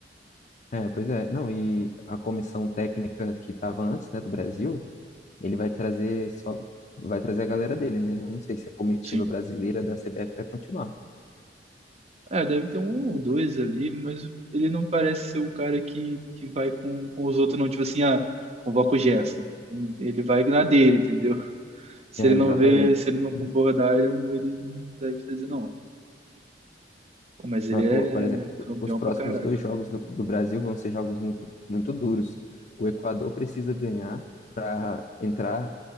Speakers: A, on the left; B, on the right.
A: É, pois é. Não, e a comissão técnica que estava antes, né, do Brasil. ele vai trazer só vai trazer a galera dele, né? Eu não sei se a comitiva
B: Sim.
A: brasileira da CBF vai continuar.
B: É, deve ter um ou dois ali, mas ele não parece ser o cara que, que vai com, com os outros, não. Tipo assim, ah, convoca o Gerson. Ele vai na dele, entendeu? Se
A: É,
B: ele
A: exatamente.
B: não vê, se ele não concordar,
A: Hum.
B: ele não, ele não deve fazer, não. Pô, mas ele
A: Mas,
B: é
A: pô, por exemplo, o-
B: campeão
A: os próximos
B: pra caraca.
A: dois jogos do, do Brasil vão ser jogos muito, muito duros. O Equador precisa ganhar para entrar